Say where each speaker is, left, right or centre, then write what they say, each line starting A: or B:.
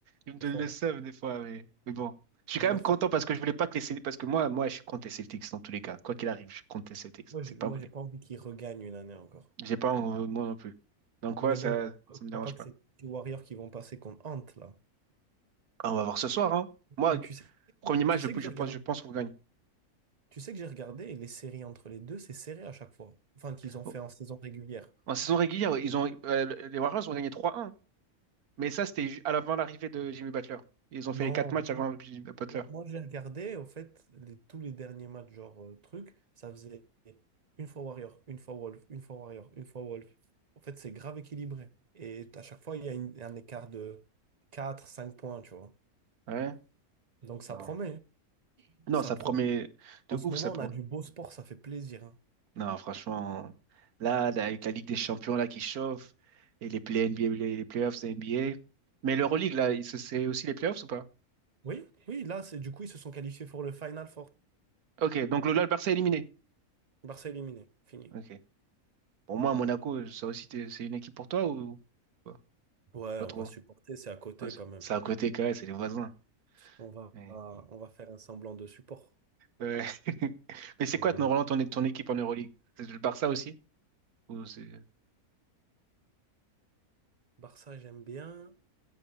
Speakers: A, on the right; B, on the right.
A: il me
B: c'est
A: donne
B: fort,
A: le seum
B: hein.
A: des fois, mais, mais bon. Je suis
B: Vraiment
A: quand même
B: fort.
A: content parce que je voulais pas que les Celtics, parce que moi, moi, je suis contre les Celtics dans tous les cas. Quoi qu'il arrive, je suis contre les Celtics.
B: Moi,
A: C'est
B: je- moi,
A: pas mon
B: j'ai
A: équipe.
B: pas envie qu'il regagne une année encore.
A: J'ai pas, en- moi non plus. Donc,
B: Mais
A: ouais, ça,
B: bon, je
A: ça
B: crois
A: me dérange
B: pas que
A: pas.
B: c'est les Warriors qui vont passer contre Ant, là.
A: Ah, on va voir ce soir, hein. Moi,
B: Mais
A: g-
B: tu sais,
A: premier match,
B: tu
A: je,
B: sais
A: p-
B: que j'ai
A: je
B: regardé,
A: pense, je pense qu'on gagne.
B: tu sais que j'ai regardé et les séries entre les deux, c'est serré à chaque fois. Enfin, qu'ils ont
A: Bon.
B: fait en saison régulière.
A: En saison régulière, ils ont, euh, les Warriors ont gagné 3-1. Mais ça, c'était ju- à l'avant l'arrivée de Jimmy Butler. Ils ont
B: Non,
A: fait les quatre matchs avant Jimmy Butler.
B: moi moi, j'ai regardé, au fait, les- tous les derniers matchs, genre euh, truc, ça faisait une fois Warrior, une fois Wolf, une fois Warrior, une fois Wolf. En fait, c'est grave équilibré. Et à chaque fois, il y a une- un écart de 4, 5 points, tu vois.
A: Ouais.
B: Donc ça
A: Non.
B: promet, hein.
A: Non,
B: ça
A: ça
B: promet.
A: promet de
B: En ce
A: ouf,
B: moment,
A: ça pro.
B: on a du beau sport, ça fait plaisir. hein.
A: Non, franchement, là, là, avec la Ligue des Champions là qui chauffe et les play NBA, les les playoffs de NBA. Mais l'Euroleague, là, il se- c'est aussi les playoffs ou pas?
B: Oui, oui, là, c'est du coup, ils se sont qualifiés pour le Final Four.
A: Ok, donc le là, le Barça est éliminé.
B: Barça éliminé, fini.
A: Ok. Pour moi, Monaco, ça aussi, t'es- c'est une équipe pour toi ou pas,
B: Ouais,
A: pas
B: on
A: trop?
B: va supporter, c'est à côté
A: Ouais, c'est
B: quand même.
A: c'est à
B: mais
A: côté quand même, c'est les voisins.
B: On va,
A: Mais,
B: on va faire un semblant de support.
A: ouais. <laughs> Mais c'est
B: On
A: quoi,
B: est
A: ton, Roland, ton, ton équipe en Euroleague? C'est le Barça aussi? Ou c'est...
B: Barça, j'aime bien.